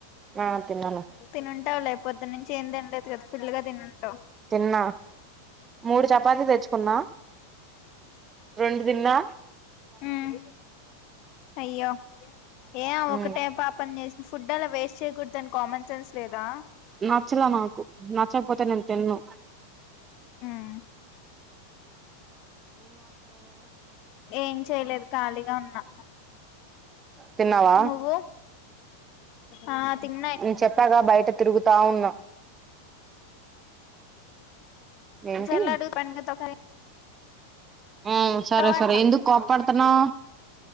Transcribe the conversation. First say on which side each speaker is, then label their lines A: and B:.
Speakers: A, on the right; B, on the left.
A: హ తిన్నాను
B: తినుంటావు లే పొద్దున్నుంచి ఏం తినలే కదా ఫుల్లుగా తినుంటావ్
A: తిన్నా మూడు చపాతి తెచ్చుకున్నా రెండు దిన్నా
B: హ్మ్ అయ్యో ఏ
A: ఉమ్
B: ఒకటే పాపం చేసిన ఫుడ అలా వేస్ట్ చేయకూడతాన్ కామన్ సెన్స్ లేదా
A: నచ్చలే నాకు నచ్చకపోతే నేను తిన్నను <inaudible>
B: ఉమ్ ఏం చేయలేదు ఖాళీగా ఉన్నా
A: తిన్నావా
B: నువ్వు ఆ తిన్న ఇ
A: నేన్ చెప్పాగా బయట తిరుగుతా ఉన్నం ఏంటి
B: ఇ చరలా అ ప పెనికికి తక
A: ఆ సరే
B: అంటా
A: సరే ఎందుకు కోప్పడుతున్నావ్